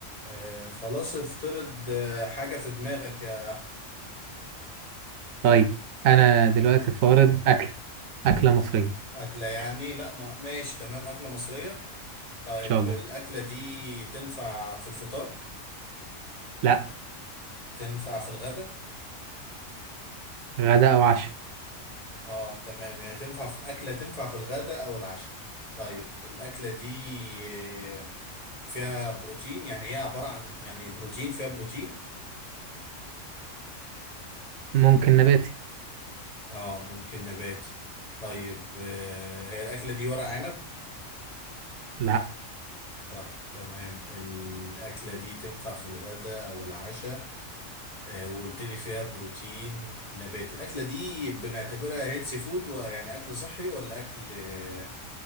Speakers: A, on the left; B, on the right.
A: آه خلاص افترض آه حاجة في دماغك يا
B: طيب انا دلوقتي فارض اكله اكله مصريه ان
A: أكلة يعني لا ما ماشي تمام أكلة مصرية طيب
B: شاء الله
A: الأكلة دي تنفع في الفطار
B: لا
A: تنفع في الغداء
B: غدا او عشاء
A: اه تمام يعني تنفع في أكلة تنفع في الغداء أو العشاء طيب الأكلة دي آه فيها بروتين يعني هي عبارة عن يعني بروتين فيها بروتين
B: ممكن نباتي
A: اه ممكن نباتي طيب آه هي الأكلة دي ورق عنب
B: لا
A: طيب تمام الأكلة دي تنفع في الغداء أو العشاء آه، وقلت لي فيها بروتين نباتي الاكله دي بنعتبرها هيلثي فود ويعني اكل صحي ولا اكل آه،